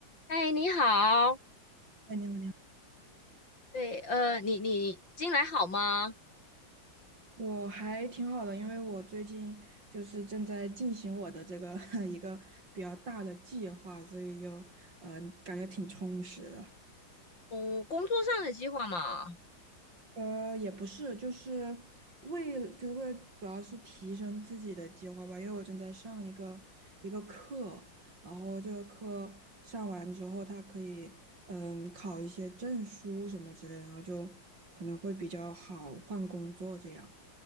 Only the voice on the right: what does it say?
哎，你好，你好，
我还挺好的，因为我最近就是正在进行我的这个 <laughs> 一个比较大的计划，所以就嗯，感觉挺充实的。
呃，也不是，就是为就是为了主要是提升自己的计划吧，因为我正在上一个一个课，然后这个课上完之后，它可以嗯考一些证书什么之类的，然后就可能会比较好换工作这样。